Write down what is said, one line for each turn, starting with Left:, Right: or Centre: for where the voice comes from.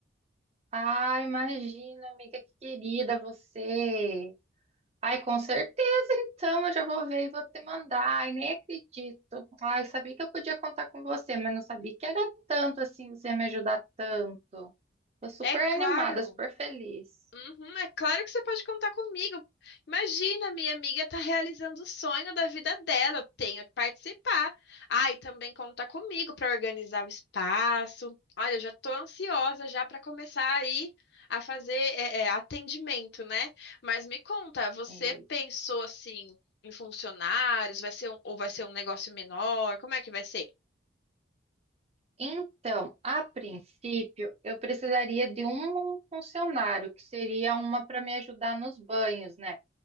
Right: Ah, imagina, amiga, que querida você. Ai, com certeza, então, eu já vou ver e vou te mandar. Ai, nem acredito. Ai, sabia que eu podia contar com você, mas não sabia que era tanto assim, você ia me ajudar tanto. Tô super
Left: É claro.
Right: animada, super feliz.
Left: Uhum, é claro que você pode contar comigo. Imagina, minha amiga tá realizando o sonho da vida dela. Eu tenho que participar. Ah, e também conta comigo para organizar o espaço. Olha, eu já tô ansiosa já para começar aí a fazer é, é, atendimento, né? Mas me conta, você
Right: É Isso.
Left: pensou assim em funcionários? Vai ser um, ou vai ser um negócio menor? Como é que vai ser?
Right: Então, a princípio, eu precisaria de um funcionário, que seria uma para me ajudar nos banhos, né?